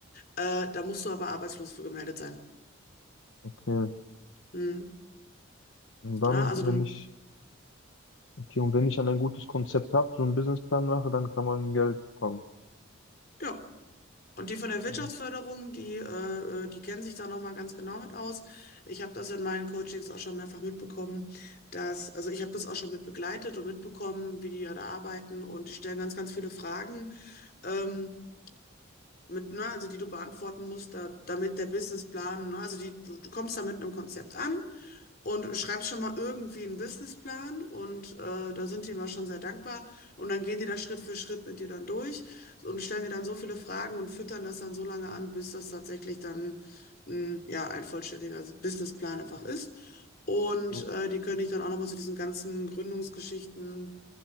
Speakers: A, on the left (about 50°); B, on the left (about 75°).
A: Äh, da musst du aber arbeitslos für gemeldet sein.
B: Okay.
A: Mm.
B: Und dann,
A: Ja, also
B: wenn
A: du,
B: ich Okay, und wenn ich dann ein gutes Konzept habe, so einen Businessplan mache, dann kann man Geld bekommen.
A: ja. Und die von der Wirtschaftsförderung,
B: Mhm.
A: die, äh, äh, die kennen sich da nochmal ganz genau mit aus. Ich habe das in meinen Coachings auch schon mehrfach mitbekommen, dass, also ich habe das auch schon mit begleitet und mitbekommen, wie die ja da arbeiten und die stellen ganz, ganz viele Fragen, ähm, mit, ne, also die du beantworten musst, da, damit der Businessplan, ne, also die, du, du kommst da mit einem Konzept an und schreibst schon mal irgendwie einen Businessplan und äh, da sind die immer schon sehr dankbar und dann gehen die da Schritt für Schritt mit dir dann durch und stellen dir dann so viele Fragen und füttern das dann so lange an, bis das tatsächlich dann mh, ja ein vollständiger Businessplan einfach ist. Und
B: Mhm.
A: äh, die können dich dann auch nochmal zu diesen ganzen Gründungsgeschichten